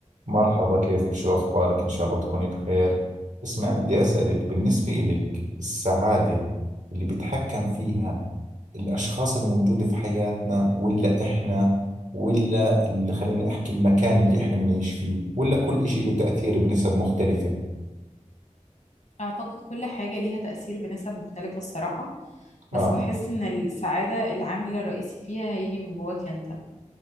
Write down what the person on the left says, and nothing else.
أعتقد كل حاجة ليها تأثير بنسب مختلفة الصراحة
بس بحس إن السعادة العامل الرئيسي فيها هيجي من جواك أنت